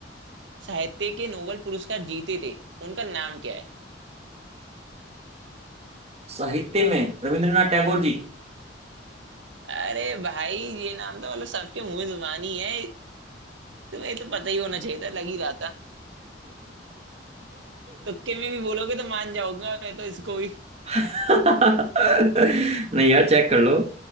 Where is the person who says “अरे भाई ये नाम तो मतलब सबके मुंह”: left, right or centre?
Right